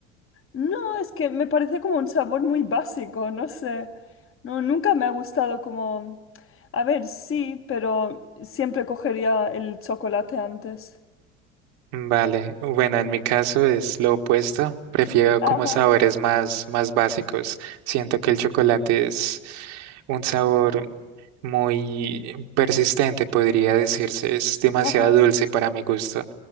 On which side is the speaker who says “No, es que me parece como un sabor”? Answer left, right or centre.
Left